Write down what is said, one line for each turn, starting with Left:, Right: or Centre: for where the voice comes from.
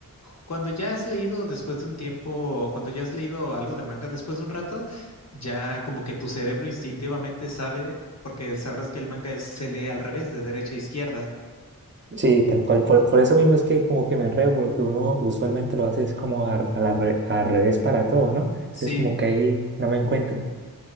Left: cuando ya has leído después de un tiempo, cuando ya has leído algo de manga después de un rato, ya como que tu cerebro instintivamente sabe, porque sabrás que el manga es- se lee al revés, de derecha a izquierda.
Right: Sí, tal cual, por, por eso mismo es que como que me enredo, porque uno usualmente lo hace es como a- a la re- al revés para todo, ¿no? Entonces
Left: Sí,
Right: como que ahí no me encuentro.